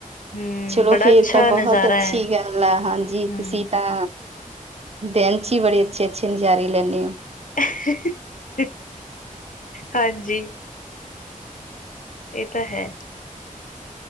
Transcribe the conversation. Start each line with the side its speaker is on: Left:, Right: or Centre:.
Left: ਹੂੰ,
Right: ਚਲੋ
Left: ਬੜਾ
Right: ਫੇਰ
Left: ਅੱਛਾ
Right: ਤਾਂ ਬਹੁਤ
Left: ਨਜ਼ਾਰਾ
Right: ਅੱਛੀ।
Left: ਹੈ
Right: ਹਾਂਜੀ
Left: ਹੂੰ,
Right: ਤੁਸੀਂ ਤਾਂ ਦਿਨ 'ਚ ਹੀ ਬੜੇ ਅੱਛੇ ਅੱਛੇ ਨਜ਼ਾਰੇ ਲੈਂਦੇ ਹੋ।
Left: <unintelligible> ਹਾਂਜੀ। ਇਹ ਤਾਂ ਹੈ।